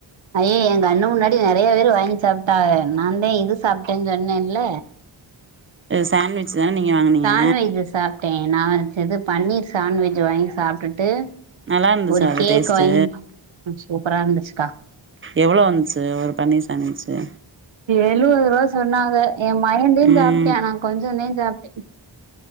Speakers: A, on the right; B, on the right.
A: ஐயே எங் கண்ணு முன்னாடி நறைய பேரு வாங்கி சாப்ட்டாக நா தே இது சாப்ட்டேன்னு சொன்னேல
B: சாண்ட்விச் தான நீங்க வாங்குனீங்க
A: சாண்ட்வெஜ் சாப்ட்டே நா வச்சது பன்னீர் சாண்ட்வெஜ் வாங்கி சாப்டுட்டு
B: நல்லா இருந்துச்சா
A: ஒரு
B: அது
A: கேக்
B: டேஸ்ட்டு
A: வாங்கி சூப்பரா இருந்துச்சுக்கா
B: எவ்ளோ வந்ச்சு ஒரு பனீர் சாண்ட்வெஜ்சு
A: எழுவது ரூவா சொன்னாக என் மயந்தே
B: ம்
A: சாப்ட்யான் நா கொஞ்சந்தே சாப்ட்டேன்